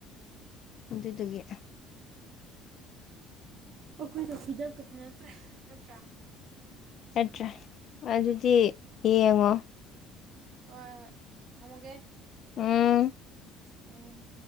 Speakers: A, on the left; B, on the right.
A: ꯑꯗꯨꯗꯨꯒꯤ
B: ꯑꯈꯣꯏꯅ ꯐ꯭ꯔꯤꯗꯝꯒ ꯐꯪꯉꯛꯇ꯭ꯔꯦ ꯅꯠꯇ꯭ꯔꯥ
A: ꯅꯠꯇ꯭ꯔꯦ ꯑꯗꯨꯗꯤ ꯌꯦꯡꯉꯣ
B: ꯍꯥꯏ ꯍꯣꯏ ꯊꯝꯃꯒꯦ
A: ꯎꯝ
B: ꯎꯝ